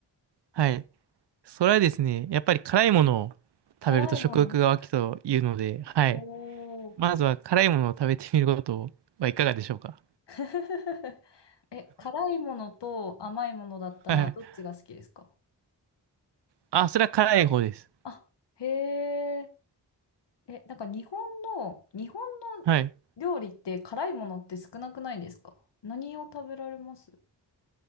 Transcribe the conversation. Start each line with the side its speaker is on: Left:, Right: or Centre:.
Right: はい。それはですね、やっぱり辛いものを
Left: 辛いもの
Right: 食べると食欲が湧くというので、はい。
Left: おー。
Right: まずは辛いものを食べてみることはいかがでしょうか。
Left: <laughs> え、辛いものと甘いものだったらどっちが好きですか
Right: はいはい。あ、それは辛い方です。
Left: あ、へえ。え、なんか日本の、日本の料理って辛いものって少なくないですか何を食べられます
Right: はい。